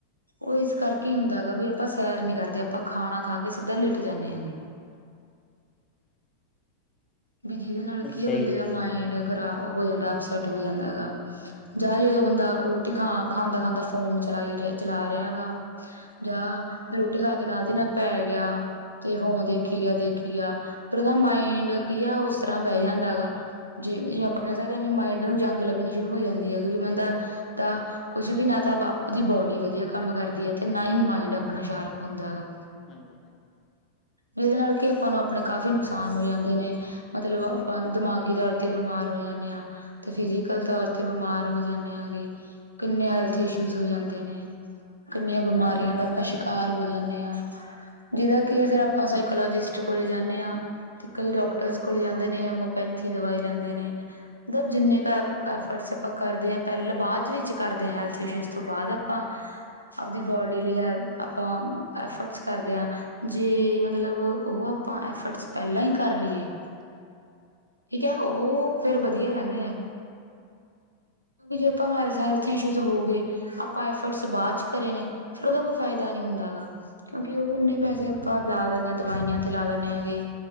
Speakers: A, on the right (about 85°); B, on the left (about 30°).
A: ਉਹ ਇਸ ਕਰਕੇ ਹੁੰਦਾ ਗਾ ਵੀ ਆਪਾਂ ਸੈਰ ਨੀ ਕਰਦੇ ਆਪਾਂ ਖਾਣਾ ਖਾ ਕੇ ਸਿੱਧਾ ਲਿਟ ਜਾਂਦੇ ਹਗੇ ਹੂੰ ਬ ਜਿਹਦੇ ਨਾਲ
B: ਅੱਛਾ
A: ਕੀ ਬੰਦੇ
B: ਜੀ। ਹਾਂਜੀ।
A: ਦਾ ਮਾਇੰਡ ਖਰਾ ਹੋ ਜਾਂਦਾ ਅਪਸੈਟ ਹੋ ਜਾਂਦਾ ਗਾ ਜਾਂ ਜਦੋਂ ਬੰਦਾ ਰੋਟੀ ਖਾ ਖਾਂਦਾ ਖਾਂਦਾ ਫੋਨ ਚਲਾਈ ਰਿਹਾ ਚਲਾ ਰਿਹਾ ਹੈਗਾ- ਜਾਂ ਫ ਰੋਟੀ ਖਾ ਕੇ ਨਾਲ ਦੀ ਨਾਲ ਪੈ ਗਿਆ ਤੇ ਫੋਨ ਦੇਖ ਦੇਖੀ ਗਿਆ ਦੇਖੀ ਗਿਆ ਫਿਰ ਉਹਦਾ ਮਾਇੰਡ ਕੀ ਹੈ ਉਸ ਤਰ੍ਹਾਂ ਬਹਿ ਜਾਂਦਾ ਗਾ ਜਿਵੇ ਜਿਵੇਂ ਆਪਾਂ ਕਹਿ ਸਕਦੇ ਹਾਂ ਵੀ ਮਾਇੰਡ ਨੂੰ ਜੰਗ ਲੱਗਣੀ ਸ਼ੁਰੂ ਹੋ ਜਾਂਦੀ ਹੈ ਕਿ ਵੀ ਬੰਦਾ ਦਾ ਕੁਛ ਵੀ ਨਾ ਤਾਂ ਆਪਦੀ ਬੋਡੀ ਵਧੀਆ ਕੰਮ ਕਰਦੀ ਹੈ ਤੇ ਨਾ ਹੀ ਮਾਇੰਡ ਆਪਣਾ ਸ਼ਾਰਪ ਹੁੰਦਾ ਹੈਾ
B: ਹਾਂਜੀ ਹਾਂਜੀ
A: ਜਿਹਦੇ ਨਾਲ ਕਿ ਆਪਾਂ ਨੂੰ ਆਪਣੇ ਕਾਫ਼ੀ ਨੁਕਸਾਨ ਹੋ ਜਾਂਦੇ ਨੇ ਮਤਲਬ ਆਪਾਂ ਦਿਮਾਗੀ
B: ਹਾਂਜੀ,
A: ਤੌਰ ਤੇ ਬਿਮਾਰ ਹੋ ਜਾਂਦੇ ਹਾਂ ਤੇ ਫਿਜ਼ਕਲ ਤੌਰ ਤੇ ਬਿਮਾਰ ਹੋ ਜਾਂਦੇ ਆ ਗ ਕਿੰਨੇ ਹੈਲਥ ਇਸ਼ੂਜ ਹੋ ਜਾਂਦੇ ਨੇ ਕਿੰਨੀਆਂ ਬਿਮਾਰੀਆਂ ਦਾ ਆਪਾਂ ਸ਼ਿਕਾਰ
B: ਹਾਂਜੀ।
A: ਹੋ ਜਾਂਦੇ ਹਾਂ ਜਿਹਦਾ ਕਿ ਫੇਰ ਆਪਾਂ ਸਾਈਕੋਲੋਜਿਸਟ ਕੋਲੇ ਜਾਂਦੇ ਹਾਂ ਤੇ ਕਈ ਡਾਕਟਰਸ ਕੋਲ ਜਾਂਦੇ ਨੇ ਹਮੋਪੈਥੀ ਦਵਾਈ ਲੈਂਦੇ ਨੇ ਮਤਲਬ ਜਿੰਨੇ ਕ ਵਸਪਾਂ ਕਰਦੇ ਹਾਂ ਪਹਿਲਾਂ ਬਾਅਦ ਵਿੱਚ ਕਰਦੇ ਹਾਂ ਹੈਲਥ ਇਸ਼ੂਜ਼ ਤੋਂ ਬਾਅਦ ਆਪਾਂ ਆਪਦੀ ਬੋਡੀ ਲਈ ਹੈਥ ਆਪਾਂਫਰਟਸ ਕਰਦੇ ਹਾਂ ਜੇ ਮਤਲਬ ਉਹ ਆਪਾਂ ਐਫਰਟਸ ਪਹਿਲਾਂ ਹੀ ਕਰ ਲਈਏ ਠੀਕ ਹੈ ਉਹ ਫੇਰ ਵਧੀਆ ਰਹਿੰਦੇ ਨੇ ਕਿਉਂਕਿ ਜੇ ਆਪਾਂ ਹੈਲਥ ਇਸ਼ੂਜ਼ ਹੋ ਗਏ- ਆਪਾਂ ਐਫਰਟਸ ਬਾਅਦ ਚ ਕਰੇ ਨੇ ਫਿਰ ਉਹਦਾ ਕੋਈ ਫਾਇਦਾ ਨਹੀਂ ਹੁੰਦਾ ਹੈਗਾ। ਕਿਉਂਕਿ ਉਹ ਉਨੇ ਪੈਸੇ ਆਪਾਂ ਲਾ ਦਿੰਨਦੇ ਹਾਂ ਦਵਾਈਆਂ ਤੇ ਲਾ ਦਿੰਨਦੇ ਹੈਗੇ